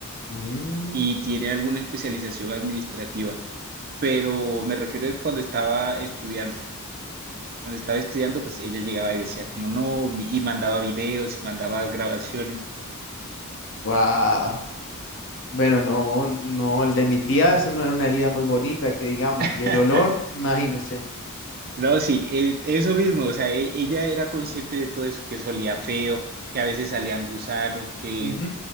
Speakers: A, on the left; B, on the right.
A: Mm,
B: y tiene alguna especialización administrativa, pero me refiero es cuando estaba estudiando. Cuando estaba estudiando, pues ella llegaba y decía como no, mi- y mandaba videos y mandaba grabaciones.
A: guau. Bueno, no, no, el de mi tía, eso no era una herida muy bonita, que digamos,
B: <laughs>
A: y el olor, imagínese.
B: No, sí, eh, eso mismo, o sea, e- ella era consciente de todo eso, que eso olía feo, que a veces salían gusanos, que...
A: Ujú,